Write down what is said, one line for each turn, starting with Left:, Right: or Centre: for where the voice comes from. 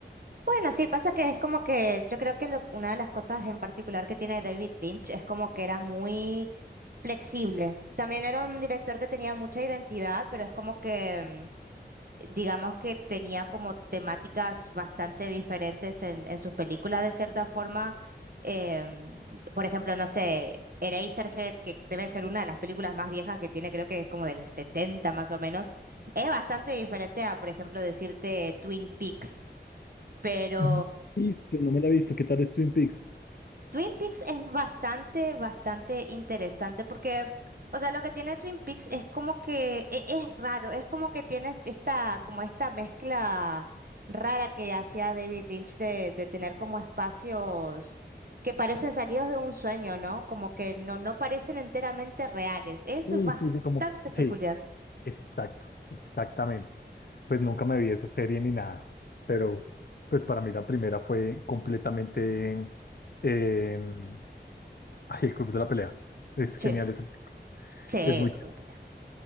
Right: Bueno, sí, pasa que es como que yo creo que lo- una de las cosas en particular que tiene David Lynch es como que era muy flexible. También era un director que tenía mucha identidad, pero es como que, mm, digamos que tenía como temáticas bastante diferentes en, en sus películas de cierta forma. Em, por ejemplo, no sé, Eraserhead, que debe ser una de las películas más viejas que tiene, creo que es como del 70 más o menos, es bastante diferente a, por ejemplo, decirte Twin Peaks. Pero
Left: Mm. Y que no me la he visto, ¿qué tal es Twin Peaks?
Right: Twin Peaks es bastante, bastante interesante porque, o sea, lo que tiene Twin Peaks es como que e- es, raro, es como que tiene esta, como esta mezcla rara que hacía David Lynch de, de tener como espacios que parecen salidos de un sueño, ¿no? Como que no, no parecen enteramente reales. Es
Left: Sí,
Right: bastante
Left: sí, sí, como que- sí,
Right: peculiar.
Left: exacto, exactamente. Pues nunca me vi esa serie ni nada, pero pues para mí la primera fue completamente... em, Ay, el Club de la Pelea. Es
Right: Sí,
Left: genial esa película.
Right: sí,
Left: Es muy...
Right: creo
Left: chévere.
Right: que